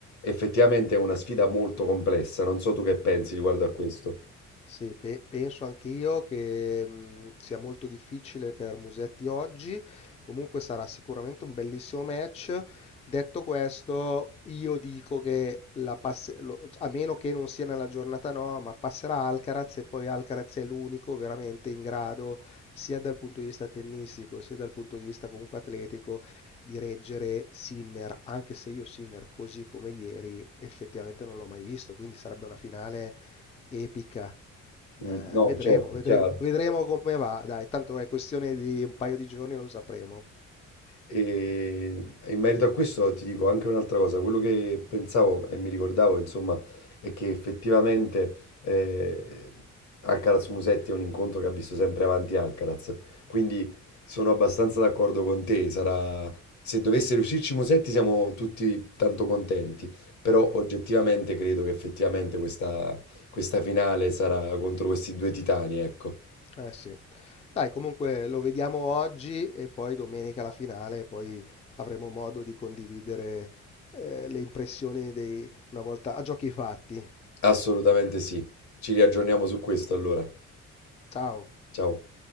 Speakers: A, on the left; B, on the left.
A: effettivamente è una sfida molto complessa. Non so tu che pensi riguardo a questo.
B: Sì, pe- penso anch'io che mh, sia molto difficile per Musetti oggi, comunque sarà sicuramente un bellissimo match. Detto questo, io dico che la passe- lo- a meno che non sia nella giornata no, ma passerà Alcaraz e poi Alcaraz è l'unico veramente in grado, sia dal punto di vista tennistico, sia dal punto di vista comunque atletico, di reggere Sinner, anche se io Sinner così come ieri effettivamente non l'ho mai visto, quindi sarebbe una finale epica.
A: Mm,
B: Eh,
A: no,
B: vedremo,
A: certo,
B: vedremo,
A: è chiaro.
B: vedremo come va. Dai, tanto è questione di un paio di giorni, lo sapremo.
A: Ehm, E in merito a questo ti dico anche un'altra cosa, quello che pensavo e mi ricordavo, insomma, è che effettivamente eh, Alcaraz Musetti è un incontro che ha visto sempre avanti Alcaraz, quindi sono abbastanza d'accordo con te, sarà... se dovesse riuscirci Musetti siamo tutti tanto contenti, però oggettivamente credo che effettivamente questa, questa finale sarà contro questi due titani, ecco,
B: Eh sì. Dai, comunque lo vediamo oggi e poi domenica la finale, e poi avremo modo di condividere eh, le impressioni dei- una volta a giochi fatti.
A: assolutamente sì, ci riaggiorniamo su questo allora,
B: Ciao.
A: ciao.